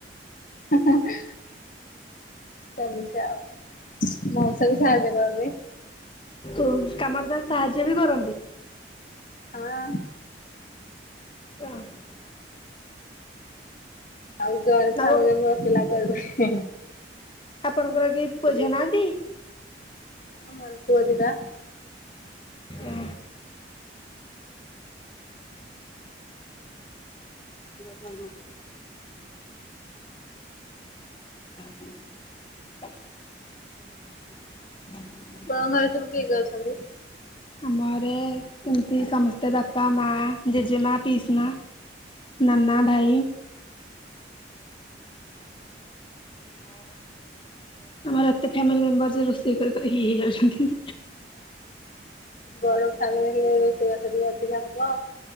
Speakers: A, on the left; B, on the left.
A: ହୁଁ ହଁ। ସେମିତି ଆଉ ମଉସା ବି ସାହାଯ୍ୟ କରନ୍ତି।
B: ଓ କାମରେ ତାହେଲେ ସାହାଯ୍ୟ ବି କରନ୍ତି।
A: ହଁ।
B: <unintelligible>
A: <unintelligible>
B: ଆଉ ଆପଣଙ୍କର କେହି
A: ମତେ
B: ପୁଅ
A: ଟିକେ
B: ଝିଅ ନାହାନ୍ତି?
A: ହଁ ପୁଅ ଦିଟା।
B: ଓ। <unintelligible> <unintelligible>
A: ଆପଣଙ୍କ ଘରେ ସବୁ କିଏ କିଏ ଅଛନ୍ତି?
B: ଆମର ଏମିତି ସମସ୍ତେ ବାପା, ମା, ଜେଜେମା, ପିଇସି ମା ନାନା, ଭାଇ। ଓହୋ। ଆମର ଏତେ ଫ୍ୟାମିଲି ମେମ୍ବର ରୋଷେଇ କରି କରି ଇଏ ହେଇଯାଉଛନ୍ତି।
A: ବଡ ଫ୍ୟାମିଲୀ ହେଲେ ରୋଷେଇବାସ ଟିକେ ଅଧିକା ହବ।